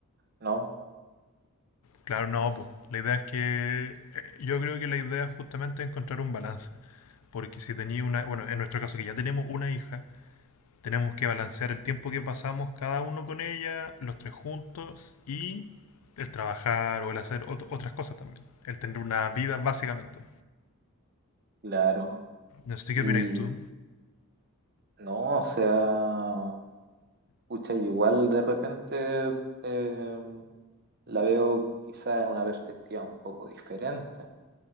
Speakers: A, on the right (about 45°); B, on the left (about 80°).
A: ¿no?
B: Claro, no,
A: Es-
B: pu. la idea es que. eh, Yo creo que la idea es justamente es encontrar un balance. Porque si tenía una. Bueno, en nuestro caso, que ya tenemos una hija, tenemos que balancear el tiempo que pasamos cada uno con ella, los tres juntos, y el trabajar o el hacer ot- otras cosas también. El tener una vida, básicamente.
A: claro.
B: No sé
A: Y
B: qué opináis tú.
A: no, o sea, pucha, yo igual de repente eh, la veo quizá en una perspectiva un poco diferente.